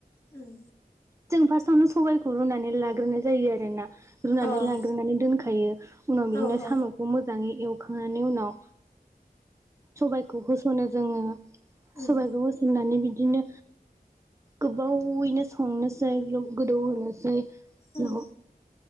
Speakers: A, on the left; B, on the right.
A: औ
B: जों फार्स्आवनो सबाइखौ रुनानै लाग्रोनाय जायो आरो ना रुनानै
A: अ
B: लांग्रोनानै दोनखायो उनाव
A: औ
B: बिदिनो
A: औ
B: साम'खौ मोजाङै एव खांनायनि उनाव सबायाइखौ होस'नो जोङो
A: उम
B: सबायखौ होसोमनानै बिदिनो गोबावैनो संनोसै गोदौ होनोसै उनाव
A: उम